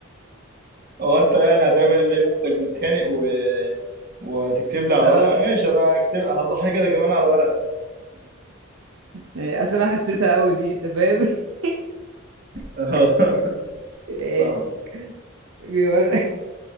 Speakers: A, on the right (about 50°); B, on the right (about 75°).
A: هو انت يعني هتعمل ليه نفسك متخانق و... وهتكتب لي على
B: اه
A: ورقة ماشي انا هكتب هصحيك انا كمان على ورقة
B: يعني اصل انا حسيتها قوي دي انت فاهم <laughs>
A: <laughs>
B: ايش
A: فاهمة
B: بيقول